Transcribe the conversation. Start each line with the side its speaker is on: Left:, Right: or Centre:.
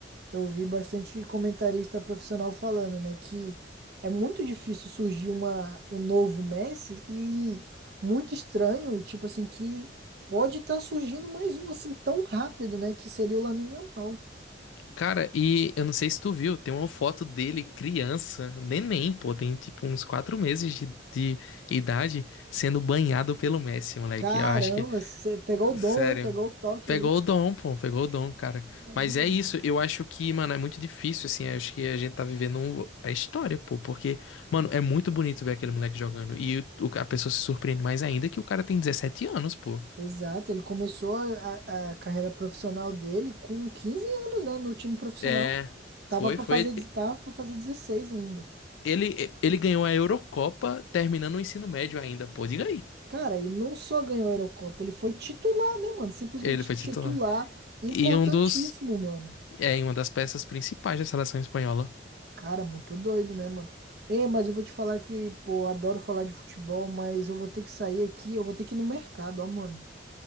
Right: eu vi bastante comentarista profissional falando, né, que é muito difícil surgir uma, um novo Messi e muito estranho, tipo assim, que pode estar surgindo mais um assim tão rápido, né, que seria o Lamine Yamal.
Left: Cara, e eu não sei se tu viu, tem uma foto dele criança, neném, pô, tem tipo uns quatro meses de, de idade, sendo banhado pelo Messi, moleque.
Right: Caramba,
Left: Eu acho que
Right: você pegou o dom,
Left: Sério.
Right: né? Pegou o toque
Left: Pegou
Right: ali.
Left: o dom, pô, pegou o dom, cara.
Right: Caramba.
Left: Mas é isso, eu acho que, mano, é muito difícil, assim, eu acho que a gente tá vivendo um- a história, pô, porque, mano, é muito bonito ver aquele moleque jogando. E o- a pessoa se surpreende mais ainda que o cara tem dezessete anos, pô.
Right: Exato, ele começou a, a- a carreira profissional dele com 15 anos, né, no time profissional.
Left: É,
Right: Tava
Left: foi,
Right: pra
Left: foi.
Right: fazer, tava para fazer 16 ainda.
Left: Ele, ele ganhou a Eurocopa terminando o ensino médio ainda, pô, diga aí.
Right: Cara, e não só ganhou a Eurocopa, ele foi titular, né, mano? Simplesmente
Left: Ele foi
Right: titular,
Left: titular.
Right: importantíssimo,
Left: E um dos,
Right: mano.
Left: é, em uma das peças principais da seleção espanhola.
Right: Cara, muito doido, né, mano? Ei, mas eu vou te falar que, pô, eu adoro falar de futebol, mas eu vou ter que sair aqui, eu vou ter que ir no mercado, ó, mano.